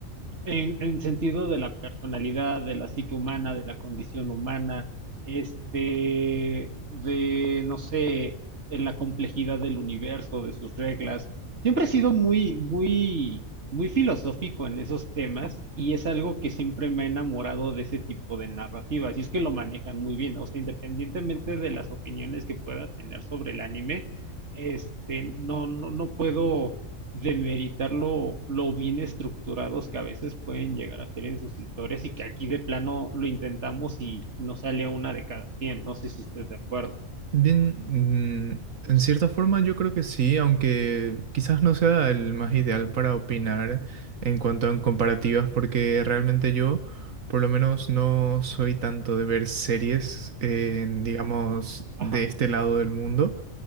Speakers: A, on the right; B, on the right.
A: En, en sentido de la personalidad, de la psique humana, de la condición humana, este, de, no sé, en la complejidad del universo, de sus reglas. Siempre he sido muy, muy, muy filosófico en esos temas y es algo que siempre me ha enamorado de ese tipo de narrativas. Y es que lo manejan muy bien, o sea, independientemente de las opiniones que pueda tener sobre el anime, este, no, no, no puedo demeritar lo, lo bien estructurados que a veces pueden llegar a ser en sus historias y que aquí de plano lo intentamos y no sale una de cada cien No sé si estés de acuerdo.
B: Bien, mm, en cierta forma yo creo que sí, aunque quizás no sea el más ideal para opinar en cuanto a en comparativas, porque realmente yo, por lo menos, no soy tanto de ver series, en, digamos,
A: Ajá,
B: de este lado del mundo.